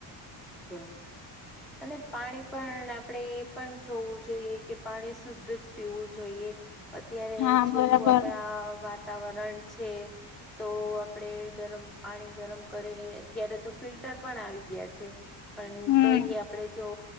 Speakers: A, in the centre; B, on the left.
A: તો અને પાણી પણ આપણે એ પણ જોવું જોઈએ કે પાણી શુદ્ધ જ પીવું જોઈએ અત્યારે
B: હા
A: જેવું
B: બરાબર
A: આપણા વાતાવરણ છે. તો આપડે ગરમ પાણી ગરમ કરીને અત્યારે તો ફિલ્ટર પણ આવી ગયા છે. પણ
B: હમ
A: તોયએ આપડે જો